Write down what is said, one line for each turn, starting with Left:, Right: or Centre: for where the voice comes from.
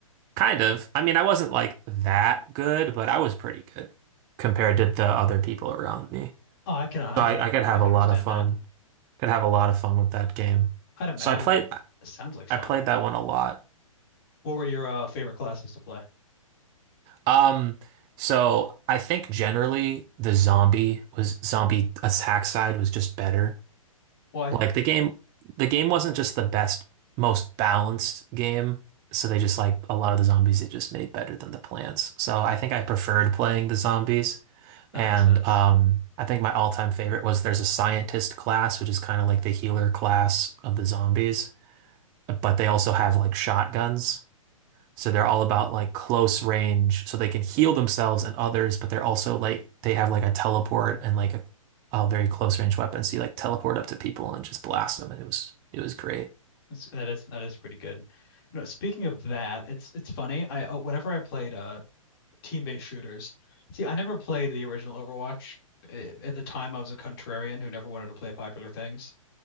Right: kind of, I mean, I wasn't like that good, but I was pretty good compared to the other people around me.
Left: Oh, I can I
Right: So
Left: can
Right: I, I could have
Left: I can
Right: a lot
Left: understand
Right: of fun,
Left: that.
Right: could have a lot of fun with that game.
Left: I'd imagine
Right: So I played.
Left: it, it sounds like fun.
Right: I played that one a lot.
Left: What were your uh, favorite classes to play?
Right: Um, so I think generally the zombie was zombie attack side was just better.
Left: Why?
Right: Like the game, the game wasn't just the best, most balanced game. So they just like a lot of the zombies they just made better than the plants. So I think I preferred playing the zombies.
Left: That
Right: And
Left: makes sense.
Right: um, I think my all-time favorite was there's a scientist class, which is kind of like the healer class of the zombies, but they also have like shotguns. So they're all about like close range, so they can heal themselves and others, but they're also like they have like a teleport and like a, a very close range weapon. So you like teleport up to people and just blast them, and it was it was great.
Left: That's, that is that is pretty good. No, speaking of that, it's it's funny. I uh, whenever I played uh team-based shooters, see, I never played the original Overwatch. Eh, At the time, I was a contrarian who never wanted to play popular things.